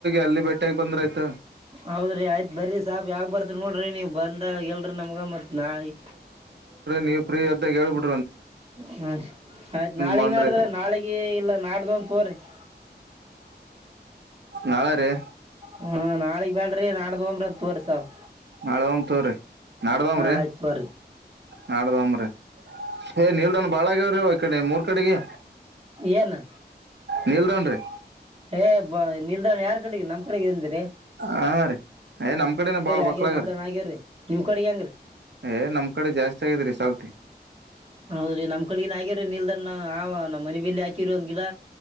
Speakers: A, on the right; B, on the right.
A: ಅಲ್ಲಿ ಭೇಟಿಯಾಗಿ ಬಂದ್ರೆ ಆಯ್ತು
B: ಹೌದ್ರಿ ಆಯ್ತ್ ಬರಿ ಸಾಬ್ ಯಾವಾಗ ಬರ್ತ್ರಿ ನೋಡ್ರಿ ನೀವ್ ಬಂದ ಎಲ್ರರಿ ನಮ್ಗ ಮತ್ ನಾಳಿ
A: ನೀವು ಪ್ರೀ ಇದ್ದಗಾ ಹೇಳ್ಬಿಟ್ಟಿ
B: ಹ ಆಯ್ತ್ ನಾಳಗ
A: ಬಂದ್ರೈತ್ರಿ
B: ನಾಡಿದ್ರ ನಾಳಿಗಿ ಇಲ್ಲ ನಾಡಿದ್ದು ತಕೋರಿ ಹ
A: ನಾಳೆ ರೀ
B: ಹ್ಮ ನಾಳಗ್ ಬ್ಯಾಡ್ರಿ ನಾಡ್ದಿದು ಹೋಗೋಣ ತಕೋರಿ ಸಬ್
A: ನಾಳೆ ಹೋಗೋಣ ತಗೋರಿ ನಾಡಿದು ಹೋಗನ್ರಿ
B: ಆಯ್ತ್ ತೋರಿ
A: ನಾಡಿದು ಹೋಗನ್ರಿ ಏ ನೀಲ್ಡನ್ ಬಾಳ ಆಗ್ಯವ್ರೀ ಒ ಕಡೆ ಮೂರ್ ಕಡೆಗೆ
B: ಏನು
A: ನಿಡೌನ್ರಿ
B: ಹೇ ನಿಲ್ದಾಣಿ ಯಾರ್ ಕಡೆಗೆ ನಮ್ ಕಡೆ ಅಂದ್ರಿ
A: ಹಾರಿ ಏ ನಮ್ಮ್ ಕಡೆನ ಬಾಳ್
B: ಆಗ್ಯವ್ರಿ
A: ಮಕ್ಳಗ್ರೀ
B: ನಿಲ್ದಾಣ ಆಗ್ಯವ್ರಿ ನಿಮ್ ಕಡೆಗೆ ಹೆಂಗ್ರಿ
A: ಏ ನಮ್ ಕಡೆ ಜಾಸ್ತಿ ಆಗಿದ್ರಿ ಸಲ್ತಿ
B: ಹೌದ್ರಿ ನಮ್ ಕಡೆಗನ್ ಆಗ್ಯವ್ರೀ ನಿಲ್ದನ್ ಆವ ನಮ್ಮ್ ಮನೆ ಬೇಲಿ ಹಾಕಿರಿ ಒಂದ್ ಗಿಡ